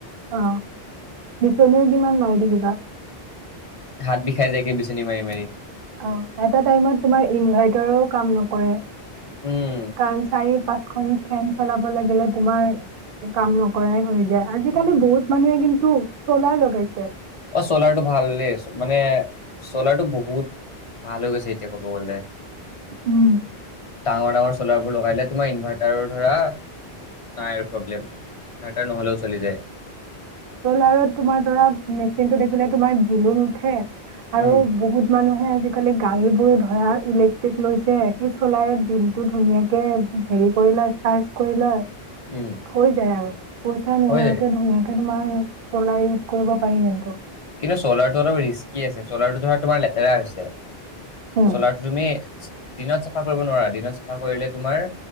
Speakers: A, on the right (about 65°); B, on the left (about 35°).
A: অহ বিচনীয়েও কিমান মাৰি থাকিবা।
B: হাত বিষায় যায়গে বিচনী মাৰি মাৰি।
A: অ, এটা টাইমত তোমাৰ ইনভাৰ্টাৰো কাম নকৰে।
B: উম
A: কাৰণ চাৰি, পাঁচখন ফেন চলাব লাগিলে তোমাৰ কাম নকৰাই হৈ যায়। আজিকালি বহুত মানুহে কিন্তু চলাৰ লগাইছে।
B: অ' চলাৰটো ভাল দেই। মানে চলাৰটো বহুত ভাল হৈ গৈছে এতিয়া ক'ব গ'লে।
A: উম
B: ডাঙৰ ডাঙৰ চলাৰবোৰ লগাই দিলে তোমাৰ ইনভাৰ্টাৰৰ ধৰা নাই আৰু প্ৰব্লেম। ডাটা নহ'লেও চলি যায়।
A: চ'ল আৰু তোমাৰ ধৰা মেচিনটো দেখিলে তোমাৰ <unintelligible> আছে আৰু
B: উম
A: বহুত মানুহে আজিকালি গাড়ীবোৰো ধৰা ইলেক্ট্ৰিক লৈছে, সেই চ'লাৰত দিনটো ধুনীয়াকে হেৰি কৰি লয়, চাৰ্জ কৰি লয়।
B: উম
A: হৈ যায় আৰু। পইচা নোহোৱাকে
B: হৈ যায়
A: ধুনীয়া কে। তোমাৰ চ'লাৰ ইউজ কৰিব পাৰি কিন্তু।
B: কিন্তু চলাৰটো অলপ ৰিস্কি আছে। চলাৰটো ধৰা তোমাৰ লেতেৰা হৈছে।
A: উম
B: স'লাৰটো তুমি দিনত চাফা কৰিব নোৱাৰা, দিনত চাফা কৰিলে তোমাৰ